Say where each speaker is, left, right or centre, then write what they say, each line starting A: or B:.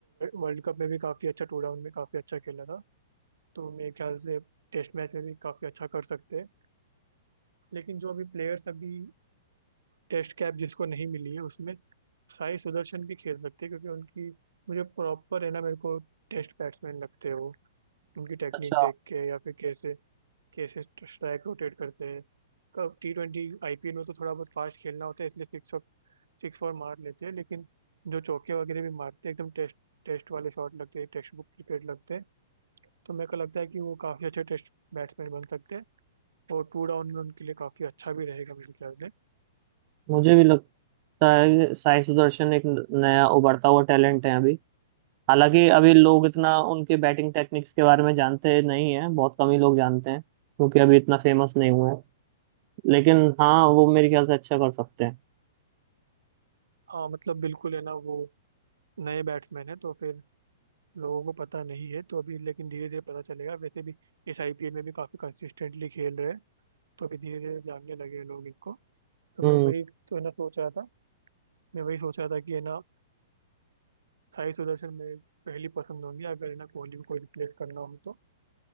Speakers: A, on the right; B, on the right.
A: वर्ल्ड कप में भी काफी अच्छा टू डाउन में काफी अच्छा खेला था तो मेरे ख्याल से टेस्ट मैच में भी काफ़ी अच्छा कर सकते हैं लेकिन जो अभी प्लेयर्स अभी टेस्ट कैप जिसको नहीं मिली है उसमें साई सुदर्शन भी खेल सकते हैं क्योंकि उनकी मुझे प्रॉपर है ना मेरे को टेस्ट बैट्समैन लगते हैं वो उनकी टेक्निक
B: अच्छा
A: देख के या फिर कैसे कैसे स्ट्राइक रोटेट करते हैं कब टी ट्वेंटी आईपीएल में तो थोड़ा बहुत फास्ट खेलना होता है इसलिए सिक्स सिक्स फोर मार लेते हैं लेकिन जो चौके वगैरह भी मारते हैं एकदम टेस्ट टेस्ट वाले शॉट लगते हैं टेक्स्ट बुक क्रिकेट लगते हैं तो मेरे को लगता है कि वो काफ़ी अच्छे टेस्ट बैट्समैन बन सकते हैं और टू डाउन में उनके लिए काफी अच्छा भी रहेगा मेरे ख्याल से
B: मुझे भी लगता है कि साई सुदर्शन एक नया उभरता हुआ टैलेंट है अभी हालांकि अभी लोग इतना उनके बैटिंग टेक्निक्स के बारे में जानते नहीं हैं बहुत कम ही लोग जानते हैं क्योंकि अभी इतना फेमस नहीं हुए हैं लेकिन हाँ वो मेरे ख्याल से अच्छा कर सकते हैं
A: हाँ मतलब बिल्कुल है ना वो नए बैट्समैन है तो फिर लोगों को पता नहीं है तो अभी लेकिन धीरे धीरे पता चलेगा वैसे भी इस आईपीएल में भी काफी कंसिस्टेंटली खेल रहे हैं तो अभी धीरे धीरे जानने लगे हैं लोग इनको तो
B: हम्म
A: मैं वही तो है ना सोच रहा था मैं वही सोच रहा था कि है ना साई सुदर्शन मेरी पहली पसंद होंगी अगर है ना कोहली को कोई रिप्लेस करना हो तो